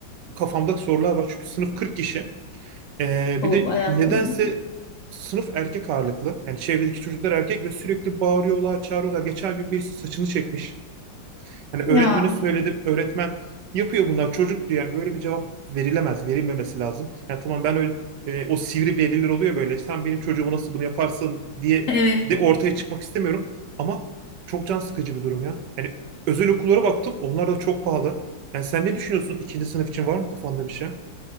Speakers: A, on the right; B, on the left.
A: kafamda sorular var. Çünkü sınıf 40 kişi. Ee,
B: O
A: bir de
B: bayağı
A: nedense
B: kalabalık.
A: sınıf erkek ağırlıklı. Yani çevredeki çocuklar erkek ve sürekli bağırıyorlar, çağırıyorlar. Geçen gün birisi saçını çekmiş. Hani öğretmene
B: Ya
A: söyledim. Öğretmen yapıyor bunlar çocuk diyor. Yani böyle bir cevap verilemez, verilmemesi lazım. Yani tamam ben öyle e, o sivri veliler oluyor böyle. Sen benim çocuğuma nasıl bunu yaparsın diye
B: evet
A: de ortaya çıkmak istemiyorum. Ama çok can sıkıcı bir durum ya. Yani özel okullara baktım. Onlar da çok pahalı. Yani sen ne düşünüyorsun? İkinci sınıf için var mı kafanda bir şey?